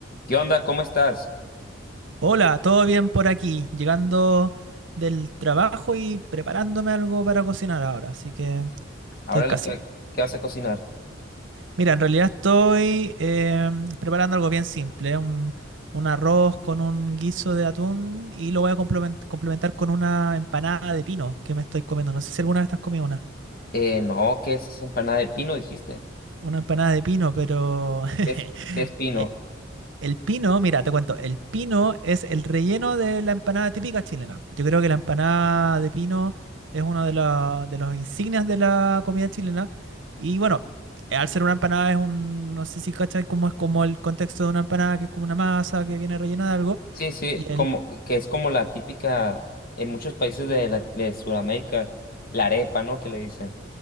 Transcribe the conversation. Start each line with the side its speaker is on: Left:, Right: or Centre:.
Left: ¿Qué onda? ¿Cómo estás?
Right: Hola, ¿todo bien por aquí? Llegando del trabajo y preparándome algo para cocinar ahora, así que
Left: Ahora
Right: estoy casi.
Left: le qué, qué vas a cocinar?
Right: Mira, en realidad estoy eh, preparando algo bien simple, un, un arroz con un guiso de atún y lo voy a complemen- complementar con una empanada de pino que me estoy comiendo. No sé si alguna vez te has comido una,
Left: Eh, no, ¿qué es esa empanada de pino, dijiste?
Right: una empanada de pino, pero <laughs>
Left: ¿Qué es, qué es pino?
Right: eh, El pino, mira, te cuento, el pino es el relleno de la empanada típica chilena. Yo creo que la empanada de pino es uno de, la- de los insignias de la comida chilena. Y bueno, al ser una empanada es un, no sé si cachai cómo es como el contexto de una empanada, que es como una masa que viene rellena de algo.
Left: Sí, sí,
Right: y el
Left: como, que es como la típica en muchos países de, la- de Sudamérica, la arepa, ¿no? Que le dicen.